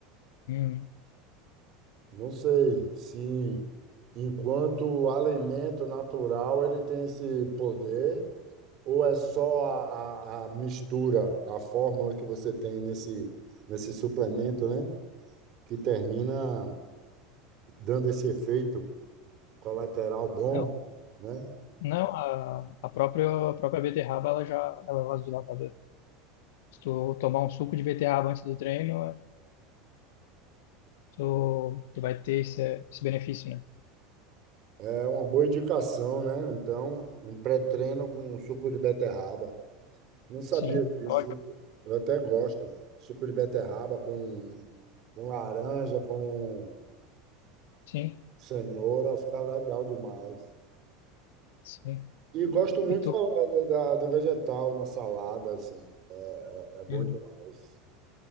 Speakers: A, on the left; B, on the right.
A: Uhum.
B: Não sei se, enquanto alimento natural, ele tem esse poder, ou é só a, a a mistura, a fórmula que você tem nesse, nesse suplemento, né? que termina dando esse efeito colateral bom,
A: Não,
B: né?
A: não a, a própria, a própria beterraba, ela já ela é vasodilatadora. Se tu tomar um suco de beterraba antes do treino, é, tu, tu vai ter esse, esse benefício, né?
B: É uma boa indicação, né? Então, um pré-treino com suco de beterraba. Não sabia
A: Sim,
B: disso.
A: ótimo.
B: Eu até gosto. Suco de beterraba com, com laranja, com
A: Sim,
B: cenoura, fica legal demais.
A: sim.
B: E gosto muito
A: E tu,
B: da- da- do vegetal na salada, assim. É, é é bom
A: Uhum.
B: demais.